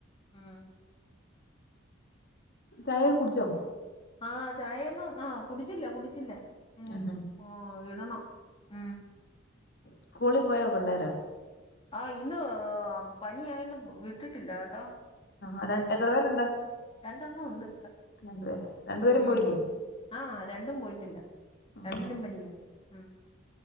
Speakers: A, on the left (about 30°); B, on the left (about 55°).
A: ആ
B: ചായ കുടിച്ചോ?
A: ആ ചായയൊന്നും അ കുടിച്ചില്ല കുടിച്ചില്ല ഉ
B: ഉം ഉം
A: ഓ ഇടണം ഉം
B: സ്കൂളിൽ പോയോ പിള്ളേര്
A: ആ ഇന്ന് പനിയായണ്ട് വിട്ടിട്ടില്ല കേട്ടോ
B: ആരണ്ടഎത്ര പേരുണ്ട്?
A: രണ്ടൊണം <unintelligible> ഉണ്ട്
B: രണ്ടുപേര് രണ്ടുപേരും
A: ഉ
B: പോയില്ലേ
A: ആ രണ്ടും പോയിട്ടില്ല
B: ആഹാ
A: രണ്ടിനുംപനിയാ ഉ